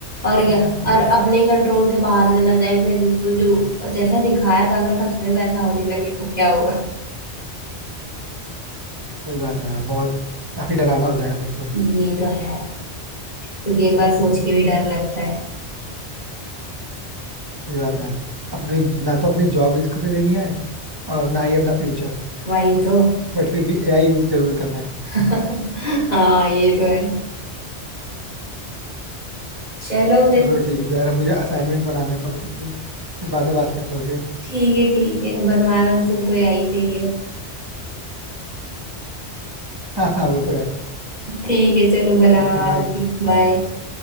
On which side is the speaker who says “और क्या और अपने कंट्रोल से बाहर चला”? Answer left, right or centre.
Left